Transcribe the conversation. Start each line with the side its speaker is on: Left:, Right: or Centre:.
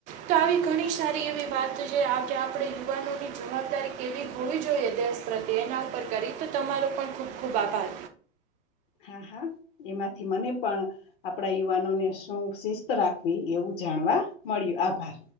Right: તો આવી ઘણી સારી એવી વાત જે આજે આપડે યુવાનોની જવાબદારી કેવી હોવી જોઈએ દેશ પ્રત્યે એના ઉપર કરી તો તમારો પણ ખૂબ ખૂબ આભાર
Left: હા હા એમાંથી મને પણ આપડા યુવાનોને શું શિસ્ત રાખવી એવું જાણવા મળ્યું આભાર.